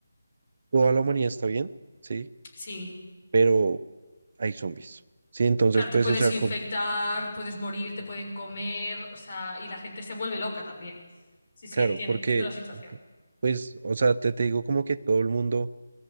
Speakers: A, on the right; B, on the left.
A: toda la humanidad está bien, ¿sí?
B: Sí.
A: Pero hay zombies, ¿sí? Entonces,
B: Claro,
A: pues,
B: te puedes
A: o sea,
B: infectar,
A: co-
B: puedes morir, te pueden comer, o sea, y la gente se vuelve loca también. Sí, sí,
A: claro,
B: entiendo,
A: porque,
B: entiendo la situación.
A: pues, o sea, te, te digo como que todo el mundo